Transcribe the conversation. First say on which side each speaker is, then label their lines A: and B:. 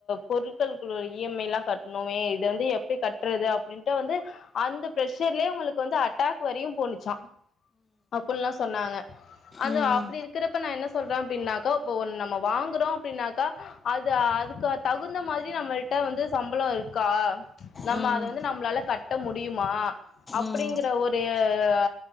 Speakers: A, on the left (about 55°); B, on the left (about 35°).
A: பொருட்களுக்குள்ள இ எம் ஐ லா கட்ணுமே இத வந்து எப்டி கட்றது அப்டின்ட்டு வந்து அந்த ப்ரஷர்லயே அவுங்ளுக்கு வந்து அட்டாக் வரையு போனுச் சா அப்புல்லா சொன்னாங்க அந்த
B: ம்
A: அப்டி இருக்றப்ப நா என்ன சொல்றே அப்டின்னாக்கா இப்ப ஒன்னு நம்ம வாங்குறோ அப்டின்னாக்கா அது அதுக்கு தகுந்த மாறி நம்மள்ட்ட வந்து சம்பளோ இருக்கா நம்ம
B: ம்
A: அத வந்து நம்ளால கட் ட முடியுமா அப்டிங்ற
B: ம்
A: ஒரு ஆ ஆ